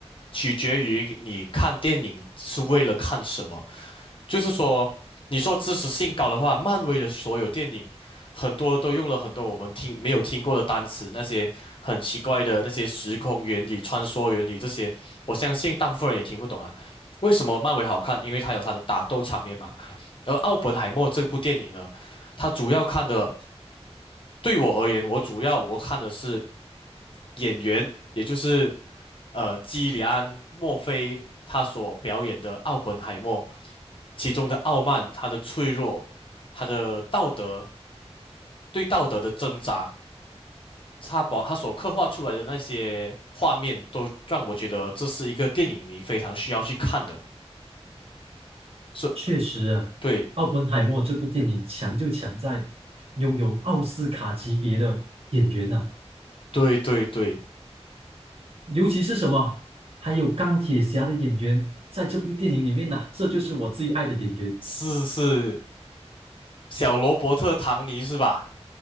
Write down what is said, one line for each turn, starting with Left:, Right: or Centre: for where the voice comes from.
Left: 取决于你看电影是为了看什么。就是说，你说知识性高的话，漫威的所有电影很多都用了很多我们听没有听过的单词，那些很奇怪的那些时空原理、穿梭原理这些，我相信大部分人也听不懂啊。为什么漫威好看？因为它有它的打斗场面嘛。而《奥本海默》这部电影呢，它主要看的。对我而言，我主要我看的是演员，也就是呃基里安·墨菲他所表演的奥本海默，其中的傲慢、他的脆弱、他的道德对道德的挣扎，他把他所刻画出来的那些画面，都让我觉得这是一个电影迷非常需要去看的。是，
Right: 确实啊，
Left: 对
Right: 《奥本海默》这部电影强就强在拥有奥斯卡级别的演员啊
Left: 对对对，
Right: 尤其是什么，还有钢铁侠的演员在这部电影里面呐、这就是我最爱的演员。
Left: 是是小罗伯特·唐尼是吧？